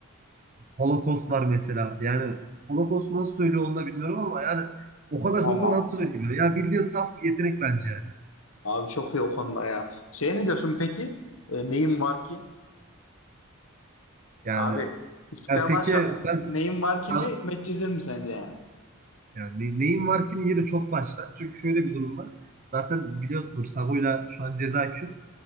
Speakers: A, on the right; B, on the left.
A: Holocaust var mesela. Yani Holocaust nasıl söylüyor onu da bilmiyorum ama yani o kadar
B: Aman
A: hızlı nasıl söyleyebilir? Ya bildiğin saf bir yetenek bence yani.
B: abi çok iyi o konuda ya. Şey ne diyorsun peki? E, neyim var ki?
A: Yani,
B: Abi İstiklal
A: yani peki
B: Marşı
A: sen,
B: neyin var
A: sen
B: kimi medcezir mi sence yani?
A: Yani ne- neyin var ki'nin yeri çok başka. Çünkü şöyle bir durum var. Zaten biliyorsunuz Sago'yla şu an ceza küs.